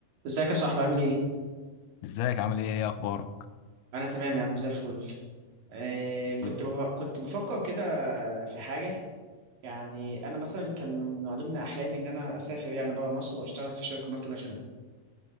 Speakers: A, on the right (about 80°); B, on the left (about 80°).
A: ازيك يا صاحبي عامل ايه؟
B: ازيك عامل ايه ايه اخبارك
A: انا تمام يا عم زي الفل إيه كنت
B: إيه.
A: بف... كنت بفكر كده في حاجة يعني انا مثلا كان من ضمن احلامي ان انا اسافر يعني بره مصر واشتغل في شركة مالتي ناشونال